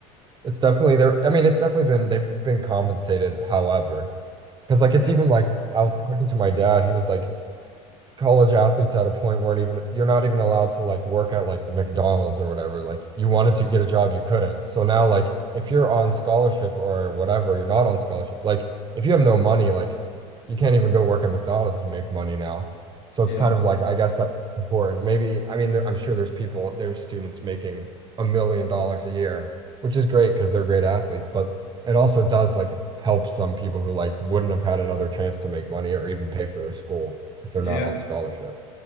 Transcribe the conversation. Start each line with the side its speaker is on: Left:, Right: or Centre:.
Right: It's definitely there. I mean, it's definitely been they've been compensated, however, because like
Left: Yeah.
Right: it's even like I was talking to my dad, he was like, college athletes at a point weren't even you're not even allowed to like work at like McDonald's or whatever. Like you wanted to get a job, you couldn't. So now like if you're on scholarship or whatever, you're not on scholarship. Like if you have no money, like you can't even go work at McDonald's to make money now. So
Left: Yeah.
Right: it's kind of like I guess that's important. Maybe I mean there, I'm sure there's people there's students making a million dollars a year, which is great because they're great athletes, but it also does like help some people who like wouldn't have had another chance to make money or even pay for their school if they're
Left: Yeah.
Right: not on scholarship.